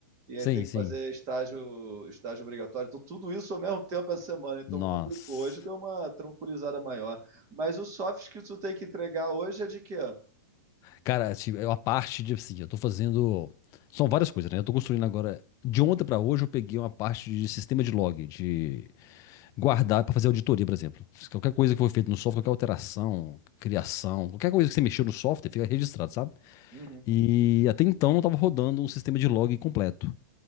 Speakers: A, on the right; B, on the left.
A: E aí
B: Sim,
A: tem que
B: sim.
A: fazer estágio estágio obrigatório. Então, tudo isso ao mesmo tempo essa semana, então
B: Nossa.
A: complicou. Hoje deu uma tranquilizada maior. Mas o soft que tu tem que entregar hoje é de quê?
B: Cara, assim, é uma parte de assim, eu tô fazendo. São várias coisas, né? Eu tô construindo agora. De ontem pra hoje eu peguei uma parte de sistema de log, de guardar pra fazer auditoria, por exemplo. Se Qualquer coisa que foi feita no software, qualquer alteração, criação, qualquer coisa que você mexeu no software, fica registrado, sabe?
A: Uhum.
B: E até então não tava rodando um sistema de log completo.